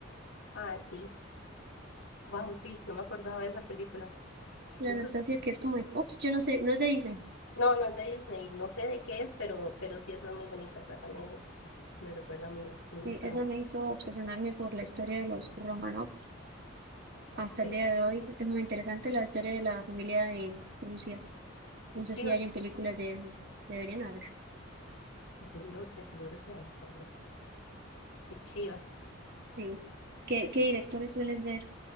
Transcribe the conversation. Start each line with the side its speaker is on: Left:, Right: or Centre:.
Left: Ah, sí. Wow, sí, no me acordaba de esa película.
Right: la
Left: Esa
Right: Anastasia
Left: es,
Right: que es como de Fox, yo no sé, no es de Disney.
Left: no, no es de Disney, no sé de qué es, pero, pero sí, esa es muy bonita. Esa también me recuerda a mi, mi
Right: Sí,
Left: infancia.
Right: esa me hizo obsesionarme por la historia de los Romanov
Left: Ok,
Right: hasta
Left: qué
Right: el día de hoy. Es muy interesante la historia de la familia de Rusia. No sé
Left: chiva.
Right: si hayan películas de eso. Deberían haber.
Left: De seguro, de seguro sí hay, tal vez. Qué chiva.
Right: Sí. ¿Qué, qué directores sueles ver?